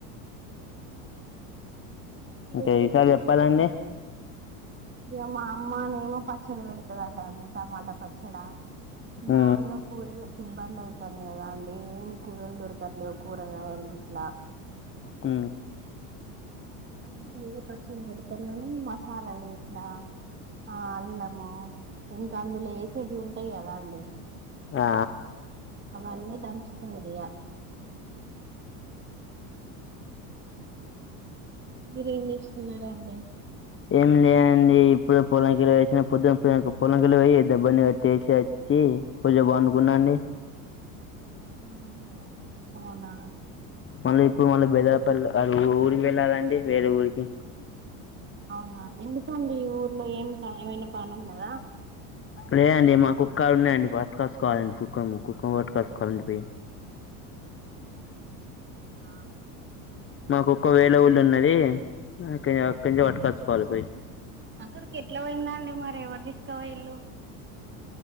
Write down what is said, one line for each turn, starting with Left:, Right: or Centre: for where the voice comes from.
Left: ఇంకేం
Right: ఏం చేస్తారండి
Left: విషయాలు చెప్పాలండి
Right: ఇగ మా అమ్మనేమో పచ్చడి పెడుతదట అండి టమాటా పచ్చడి
Left: ఆ
Right: బాగా కూరలకు ఇబ్బంది ఐతంది కదాండి కూరలు దొర్కట్లే కూరగాయ అట్
Left: హ
Right: అ పచ్చడి పెడతన మసాలాలు ఇట్లా ఆ అల్లము ఇంకా అందులో వేసేటీవీ ఉంటాయి కదా అండి
Left: ఆ
Right: అ అన్నీ దంచి వేయాలి <inaudible> మీరేం చేసుకున్నారా అండి
Left: ఏం లేదండి ఇప్పుడు పొలం కిలో వేసిన పొద్దున పొలం కి పోయినక <inaudible> పెట్టేసి వచ్చి పూజ బాగునుకున్నాండి
Right: ఆహా అవునా
Left: మళ్ళీ ఇప్పుడు మళ్ళీ బెదరపల్లి ఊరికి వెళ్ళాలండి వేరే ఊరికి
Right: అవునా ఎందుకండి ఈ ఊర్లో ఏం ఏమైనా పని ఉన్నదా
Left: లేదండి మా కుక్కలు ఉన్నాయండి పట్టకసు కోవాలండి కుక్కం కుక్కం పట్కాసుకోవాలండి పోయి
Right: అవునా
Left: మాకు కుక్క వేరే ఊళ్ళు ఉన్నది అక్కడి అక్కడి నుంచి
Right: ఆహా
Left: పట్టుకొచ్చుకోవాలి పోయి
Right: అక్కడికి ఎట్లా పోయిందా అండి మరి ఎవరు తీసుకో పాయింలు